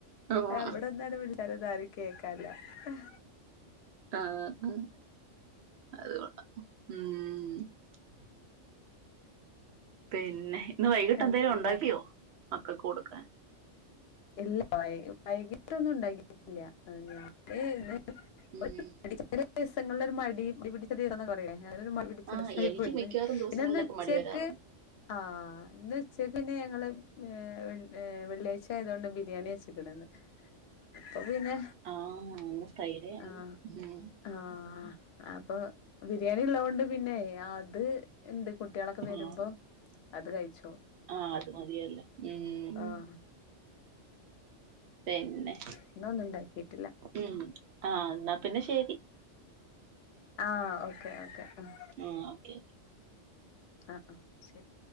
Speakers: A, on the right; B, on the left.
A: ഓഹ്
B: ആഹ് വടെന്നാണ് വിൾച്ചാലൊന്നാരു കേ ക്കല്ല. ഉം
A: ആഹ് അത്കൊള്ളാ ഉം പിന്നെ ഇന്ന് വൈകിട്ട്
B: എന്താ
A: എന്തേലൊണ്ടാക്ക്യോ മക്കക്ക് കൊട്ക്കാൻ.
B: ഇല്ല വൈ വൈകിട്ടൊന്നുണ്ടാക്കിട്ടില്ല ആ ഞാന് ന്ന് <unintelligible>
A: ഉം
B: ചെല ദിവസങ്ങളിലൊര് മടി മടി പിടിച്ച ദിവസന്നൊക്കെ പറീലെ ഞാനൊരു മടിപിടിച്ച
A: ആഹ്
B: ദിവസായി
A: എനിക്ക്
B: പോയിന്ന്
A: മിക്കവാറും ദിവസങ്ങളിലൊക്കെ
B: പിന്നെ ന്ന് ച്ചക്ക്
A: മടി വരാറുണ്ട്
B: ആഹ് ന്ന്ച്ചക്ക് പിന്നെ ഞങ്ങള് ഏഹ് അഹ് വെൾ ഏഹ് വെള്ളിയാഴ്ചയതൊണ്ട് ബിരിയാണി വെച്ച്ക്ക്ണ്ന്ന്. അപ്പൊ പിന്നെ
A: ആഹ് ഇന്ന് ഫ്രൈഡേ ആണ്
B: ആഹ്
A: ഉം
B: ആഹ് അപ്പൊ ബിരിയാണി ള്ളൊണ്ട് പിന്നെ അത് ഇണ്ട് കുട്ട്യെളൊക്കെ വെരുമ്പോ
A: ആഹ്
B: അത് കഴിച്ചോ
A: ആഹ് അത് മതിയല്ലോ ഉം
B: ആഹ്
A: പിന്നെ
B: ഇന്നൊന്നുണ്ടാക്കിട്ടില്ല.
A: ഉം ആഹ് എന്നാ പിന്നെ ശെരി.
B: ആഹ് ഓക്കേ ഓക്കേ. ആഹ്
A: ഉം ഓക്കെ
B: ആഹ് ആഹ് ശെരി